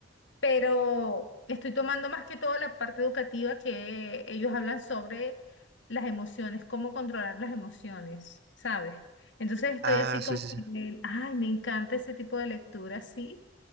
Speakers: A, on the left; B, on the right.
A: pero estoy tomando más que todo la parte educativa que ellos hablan sobre las emociones, cómo controlar las emociones, ¿sabes? Entonces estoy
B: Ah,
A: así como
B: sí, sí, sí.
A: que, me- ay, me encanta ese tipo de lectura, sí.